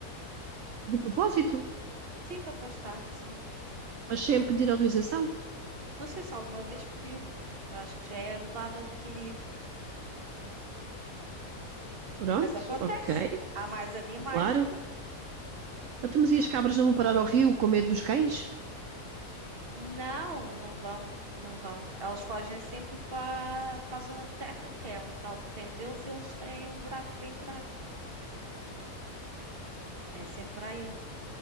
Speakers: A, on the right (about 65°); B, on the right (about 40°).
A: de propósito,
B: Sim, para pastar, sim.
A: mas sem pedir autorização.
B: Não sei se alguma vez pediu. Eu acho que já é um dado adquirido.
A: Pronto,
B: Mas acontece.
A: ok,
B: Há mais animais
A: claro.
B: aqui,
A: Até mas
B: não
A: e as
B: é?
A: cabras não vão parar ao rio com medo dos cães?
B: Não, não vão. Não vão. Elas fogem sempre para para a zona de terra, que é onde está o terreno deles, e eles têm o buraco para entrar. É sempre para aí.